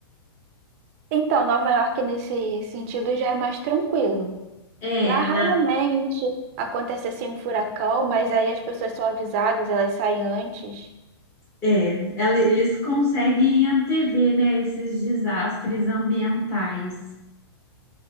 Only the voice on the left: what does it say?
É,
lá,
é, ela- eles conseguem antever, né, esses desastres ambientais.